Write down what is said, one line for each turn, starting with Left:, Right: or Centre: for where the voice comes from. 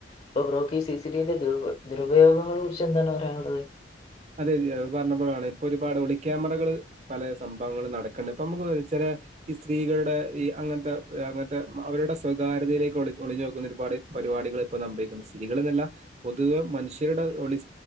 Left: ഇപ്പൊ ബ്രോക്ക് സി സി ടിവിന്റെ ദുരുപ ദുരുപയോഗങ്ങളെ കുറിച്ച് എന്താണ് പറയാനുള്ളത്
Right: അതെതെ അത് പറഞ്ഞപ്പോളാണ് ഇപ്പൊ ഒരുപാട് ഒളിക്യാമറകള് പലേ സംഭവങ്ങൾ നടക്കണ്ട് ഇപ്പൊ നമുക്ക് ചെല ഈ സ്ത്രീകളുടെ ഈ അങ്ങനത്തെ അങ്ങനത്തെ അവരുടെ സ്വകാര്യതയിലേക്ക് ഒിളി ഒളിഞ്ഞു നോക്കുന്ന ഒരുപാട് പരിപാടികൾ ഇപ്പ സംഭവിക്കുന്നു സ്ത്രീകളെന്നല്ല പൊതുവെ മനുഷ്യരുടെ ഒളി